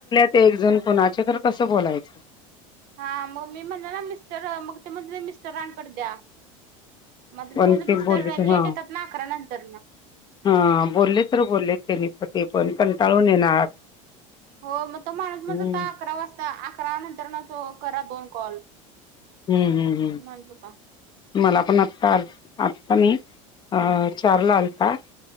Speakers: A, on the left (about 25°); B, on the right (about 60°).
A: ते एक जण कुणाचे खर कसं बोलायचं
B: हा मग मी म्हणलं ना मिस्टर मग ते म्हणत्यात मिस्टरांकड द्या मग मी
A: पण
B: म्हटलं
A: ते
B: मिस्टर
A: बोलले तर
B: लेट
A: हा
B: येतात ना अकरा नंतर न
A: हा बोलले तर बोलले तेनी प ते पण कंटाळून येणार
B: हो म तो माणूस म्हणत
A: हम्म
B: होता अकरा वाजता अकरा नंतरन तो करा दोन कॉल
A: हू हू हू
B: म्हणत होता
A: मला पण आत्ता आत्ता नई चारला आलता